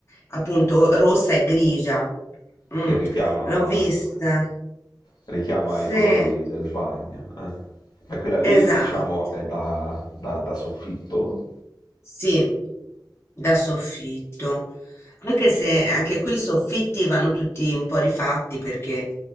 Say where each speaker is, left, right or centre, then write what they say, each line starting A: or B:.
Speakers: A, on the left; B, on the left.
A: appunto rossa e grigia. Mm,
B: che richiama,
A: l'ho vista.
B: richiama
A: Sì,
B: i colori del bagno. eh. Ma quella lì,
A: esatto.
B: diciamo, è da, da- da soffitto.
A: Sì, da soffitto. Anche se anche qui i soffitti vanno tutti un po' rifatti perché